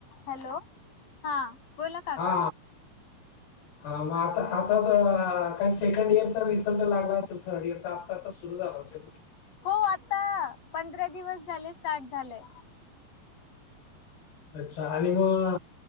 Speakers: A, on the left (about 60°); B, on the left (about 80°).
A: Hello. हा. बोला काका.
B: हा हा. मग आता. आता तर सेकंड इयरचा रिझल्ट लागला असेल थर्ड इयरचा. आता सुरु झालं असेल ना?
A: हो आत्ता पंधरा दिवस झाले स्टार्ट झालंय.
B: अच्छा आणि म ह <unintelligible>